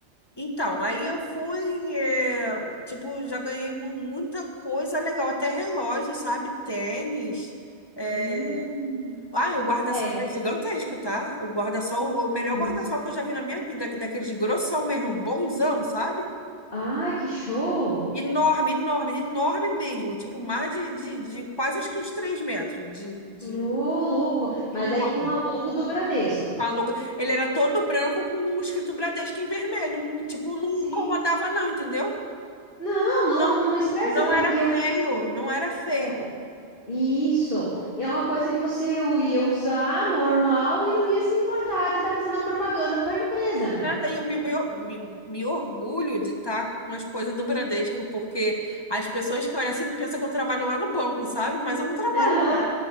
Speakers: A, on the left; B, on the left.
A: então, aí eu fui, é, tipo, já ganhei mu- muita coisa legal, até relógio, sabe? Tênis. é,
B: Hum.
A: ah, o guarda-sol
B: É,
A: é gigantesco, tá? O guarda-sol, o melhor
B: Deus.
A: guarda-sol que eu já vi na minha vida, que daqueles grossão mesmo, bonzão, sabe?
B: Ah, que show.
A: Enorme, enorme, enorme mesmo. Tipo, mais de, de, de quase acho que uns 3 metros. De, de
B: Ô, louco. Mas
A: enorme.
B: aí com a logo do Bradesco.
A: Com a logo- Ele era todo branco com um escrito Bradesco em vermelho. Tipo, não
B: Sim.
A: incomodava, não, entendeu?
B: Não, não,
A: Não,
B: não estressa,
A: não
B: porque
A: era feio,
B: assim.
A: não era feio.
B: é, isso. É uma coisa que você ia usar normal e não ia se importar de estar fazendo a propaganda para a empresa, né?
A: Nada, e eu me, me, me- me orgulho de estar com as coisas do Bradesco, porque as pessoas que olham assim pensam que eu trabalho lá no banco, sabe? Mas eu não trabalho.
B: Aham.